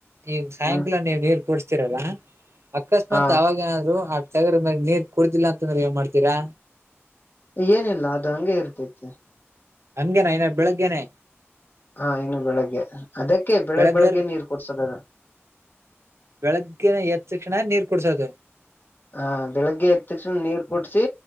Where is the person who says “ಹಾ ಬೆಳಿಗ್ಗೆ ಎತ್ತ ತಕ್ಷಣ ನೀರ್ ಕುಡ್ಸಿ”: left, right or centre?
Left